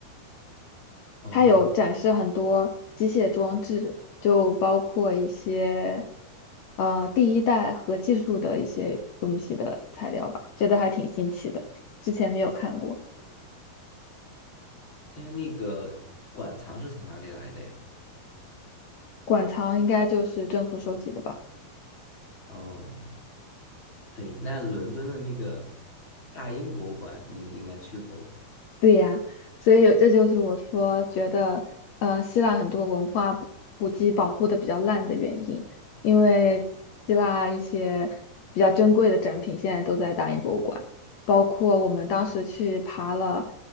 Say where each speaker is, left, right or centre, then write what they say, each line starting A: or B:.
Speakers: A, on the left (about 35°); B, on the left (about 65°).
A: 哦，
B: 它有展示很多机械装置，就包括一些呃第一代核技术的一些东西的材料吧，觉得还挺新奇的，之前没有看过。
A: 它那个馆藏是从哪里来的呀？
B: 馆藏应该就是政府收集的吧。
A: 哦，嘿，那伦敦的那个大英博物馆，你应该去过吧？
B: 对呀，所以这就是我说觉得，呃，希腊很多文化古古迹保护的比较烂的原因，因为希腊一些比较珍贵的展品现在都在大英博物馆，包括我们当时去爬了